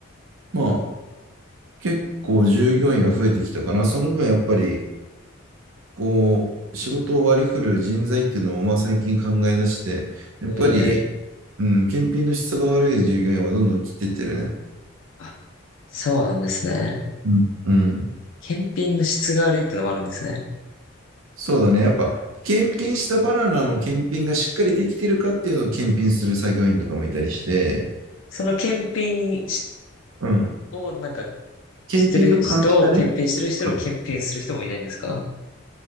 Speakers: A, on the right (about 75°); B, on the left (about 70°).
A: まあ結構従業員は増えてきたかな。その分やっぱりこう、仕事を割り振る人材っていうのも、まあ、最近考え出して、やっぱり、
B: えー、
A: うん、検品の質が悪い従業員はどんどん切ってってるね。
B: あ、そうなんですね。
A: うん。うん。
B: 検品の質が悪いってのもあるんですね。
A: そうだね。やっぱ、検品したバナナの検品がしっかりできてるかっていうのを検品する作業員とかもいたりして、
B: その検品し
A: うん。
B: をなんか
A: 検品の監視だね。
B: してる人を、検品してる人を検品する人もいないんですか
A: うん